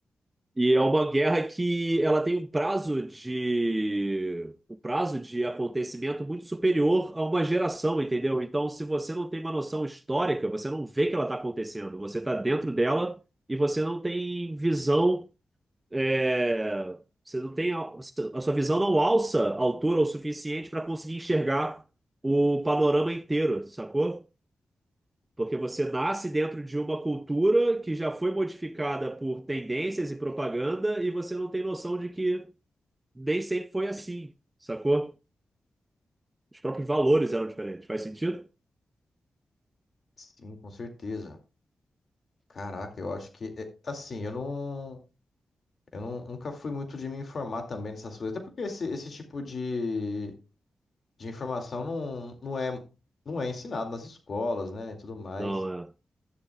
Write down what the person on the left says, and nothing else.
Sim, com certeza. Caraca, eu acho que é, assim, eu não, eu não, nunca fui muito de me informar também nessas coisas, até porque esse, esse tipo de, de informação não, não é, não é ensinado nas escolas, né, e tudo mais.